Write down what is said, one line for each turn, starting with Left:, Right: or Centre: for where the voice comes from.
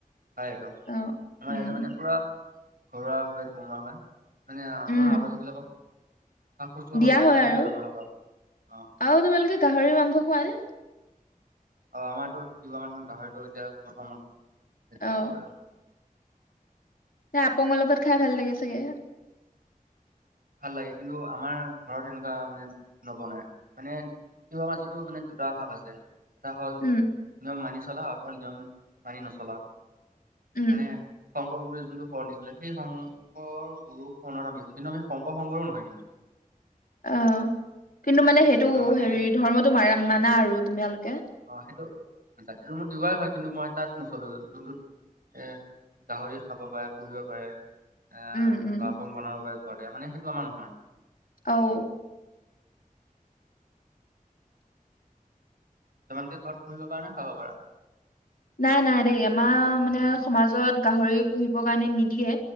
Right: খ সটো আমাৰ
Left: অ উম
Right: ইয়াতে মানে পুৰা ঘৰুৱাভাৱে বনোৱা হয় মানে আমাৰ
Left: উম
Right: আলহী বিলাকক সা শুশ্ৰূষা
Left: দিয়া
Right: কৰিবৰ কাৰণে
Left: হয়
Right: মানে
Left: আৰু
Right: সেইটো ব্যৱহাৰ কৰা হয় অ
Left: আৰু তোমালোকে গাহৰি মাংস খোৱা নে
Right: অ আমাৰতো কিবা মানুহৰ গাহৰিটো এতিয়া প্ৰথমত সেইটা
Left: অ
Right: বুলি কয়
Left: ন আপং অলপত খাই ভাল লাগে চাগে
Right: ভাল লাগে কিন্তু আমাৰ ঘৰত এনেকুৱা মানে নবনায় মানে তিৱাৰ মাজতো মানে দুটা ভাগ আছে এটা হ'ল
Left: উম
Right: ন মানিছ চলা আঘ য নানী নচলা
Left: উম
Right: মানে শংকৰ গুৰুে যোনটো শণ দিছিলে সেই শংকৰ গুৰুৰ শৰণত আছিল কিন্তু আমি শংকৰ শংকৰো নহয় কিন্তু
Left: আহ কিন্তু মানে সেইটো
Right: আমাৰ মানে
Left: হেৰি ধৰ্মটো মাৰ মানা আৰু তুমিালোকে
Right: অ সেইটো জাতিটো ম ৱাই হয় কিন্তু মই তাত নচলো যোনটোত এ গাহৰি খাব পাৰে পুহিব পাৰে আহ
Left: উম উম
Right: পাপ বনাব ব ঘৰতে মানে সেইটো আমাৰ নহয়
Left: অঔ
Right: তোমালোকে ঘৰত পুহিবৰ কাৰণে খাব পাৰা
Left: নাই নাই দেই আমাৰ মানে সমাজত গাহৰি পুহিবৰ কাৰণে নিদিয়ে